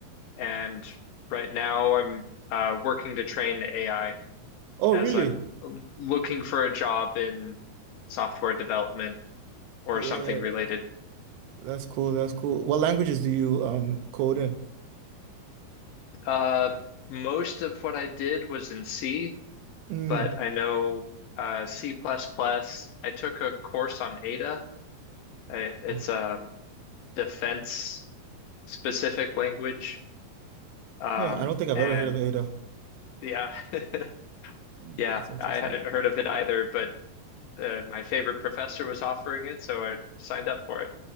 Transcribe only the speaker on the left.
and right now I'm uh, working to train AI
as
I'm looking for a job in software development or
something related.
Um, most of what I did was in C,
but I know uh, C++. plus plus. I took a course on Ada. I, it's
a defense specific language. Um,
and
yeah, <laughs>
yeah,
I hadn't heard of it either, but uh, my favorite professor was offering it, so I signed up for it.